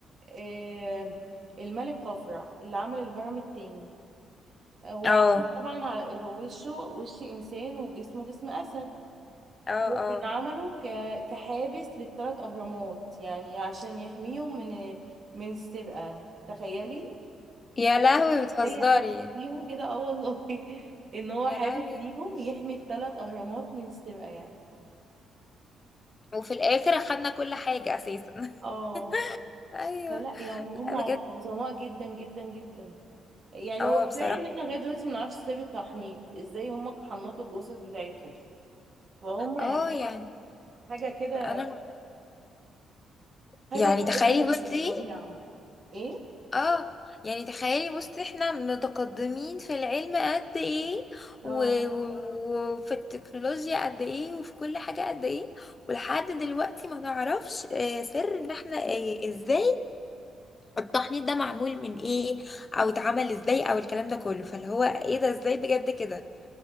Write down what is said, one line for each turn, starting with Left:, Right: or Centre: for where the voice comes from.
Right: آه الملك خفرع اللي عمل الهرم التاني هو
Left: اه
Right: عشان طبعا ع- هو وشه وش انسان وجسمه جسم اسد
Left: اه
Right: هو
Left: اه
Right: كان عمله ك- كحابس للثلاث اهرامات يعني عشان يحميهم من من السرقه تخيلي
Left: يا لهوي بتهزري
Right: زي حابس ليهم كده اه والله <laughs> ان هو
Left: يا
Right: حابس
Left: لهوي
Right: ليهم يحمي الثلاث اهرامات من السرقه يعني
Left: وفي الاخر اخدنا كل حاجة اساسا <laughs>
Right: اه
Left: ايوه
Right: فلا يعني هم
Left: لا
Right: ع-
Left: بجد
Right: عظماء جدا جدا جدا يعني
Left: اه
Right: هو كفايه
Left: بصراحة
Right: ان احنا لغايه دلوقتي ما نعرفش سر التحنيط ازاي هم حنطوا الجثث بتاعتهم فهم يعني
Left: اه يعني
Right: حاجه كده
Left: انا
Right: حاجة
Left: يعني
Right: قريتها
Left: تخيلي بصي
Right: للطبيعة ايه
Left: اه يعني تخيلي بصي احنا متقدمين في العلم قد ايه
Right: اه
Left: و- و- وفي التكنولوجيا قد ايه وفي كل حاجة قد ايه ولحد دلوقتي ما نعرفش آه، سر ان احنا آه، ازاي التحنيط ده معمول من ايه او اتعمل ازاي او الكلام ده كله فاللي هو ايه ده ازاي بجد كده